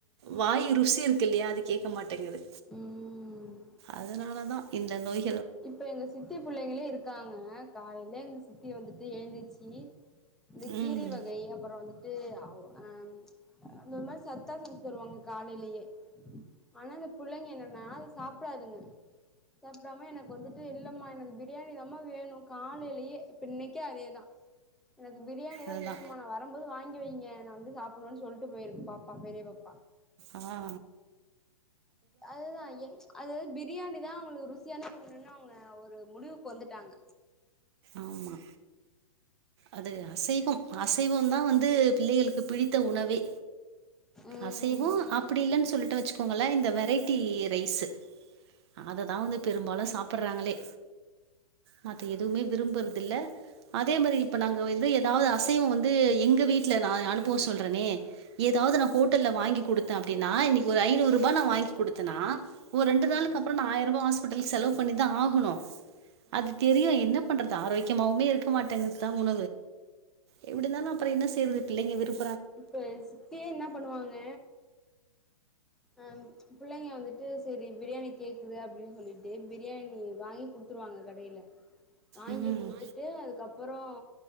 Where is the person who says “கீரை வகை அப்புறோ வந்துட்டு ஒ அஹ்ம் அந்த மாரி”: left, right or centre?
Centre